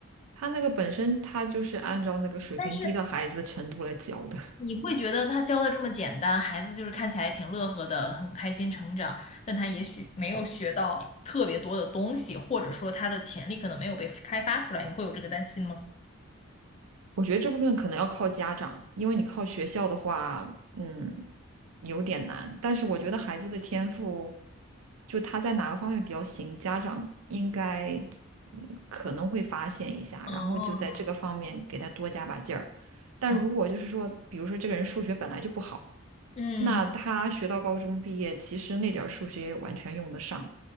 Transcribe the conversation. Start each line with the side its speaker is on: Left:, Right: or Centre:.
Right: 他那个本身他就是按照那个水平低的孩子的程度来教的。
Left: 但是你会觉得他教的这么简单，孩子就是看起来挺乐呵的，很开心成长，但他也许没有学到特别多的东西，或者说他的潜力可能没有被开发出来，你会有这个担心吗？
Right: 我觉得这部分可能要靠家长，因为你靠学校的话，嗯，有点难。但是我觉得孩子的天赋，
Left: 嗯
Right: 就他在哪个方面比较行，家长应该嗯可能会发现一下，
Left: 哦，
Right: 然后就在这个方面给他多加把劲儿。但如果就是说，
Left: 哦，
Right: 比如说这个人数学本来就不好，
Left: 嗯，
Right: 那他学到高中毕业，其实那点儿数学也完全用得上，